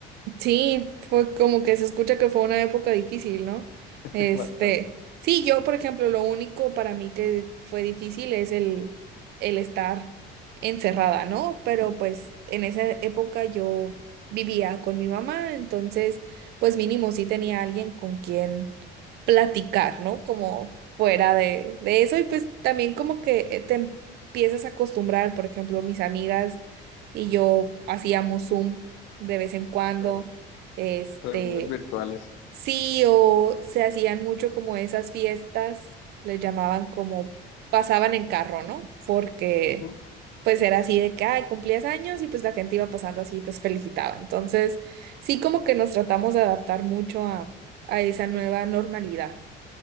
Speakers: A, on the right (about 60°); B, on the left (about 80°).
A: Sí, fue como que se escucha que fue una época difícil, ¿no?
B: <laughs>
A: Este,
B: bastante,
A: sí, yo, por ejemplo, lo único para mí que fue difícil es el, el estar encerrada, ¿no? Pero pues en esa época yo vivía con mi mamá, entonces, pues mínimo sí tenía alguien con quien platicar, ¿no? Como fuera de, de eso y pues también como que eh, te empiezas a acostumbrar, por ejemplo, mis amigas y yo hacíamos Zoom de vez en cuando.
B: claro,
A: Este,
B: reuniones virtuales.
A: sí, o se hacían mucho como esas fiestas, les llamaban como pasaban en carro, ¿no? Porque
B: Ujú.
A: pues era así de que, ay, cumplías años y pues la gente iba pasando así y te felicitaba. Entonces, sí como que nos tratamos de adaptar mucho a, a esa nueva normalidad.